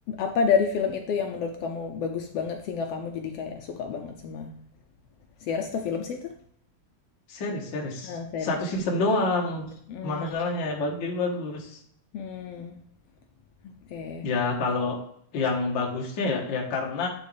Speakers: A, on the left; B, on the left.
A: apa dari film itu yang menurut kamu bagus banget sehingga kamu jadi kayak suka banget sama series atau film sih itu?
B: Series, series.
A: Ah, series.
B: Satu season doang.
A: Hmm,
B: Masalahnya bagus, jadi bagus.
A: hmm, oke.
B: Ya kalau yang bagusnya ya ya karena